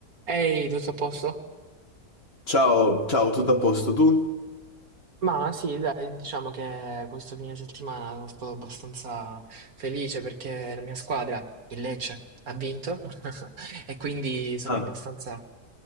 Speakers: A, on the right; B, on the left.
A: Ehi, tutto a posto?
B: Ciao, ciao, tutto a posto tu?
A: Ma sì, dai, diciamo che questo fine settimana sono stato abbastanza felice perché la mia squadra, il Lecce, ha vinto <laughs> e quindi sono
B: Ah,
A: abbastanza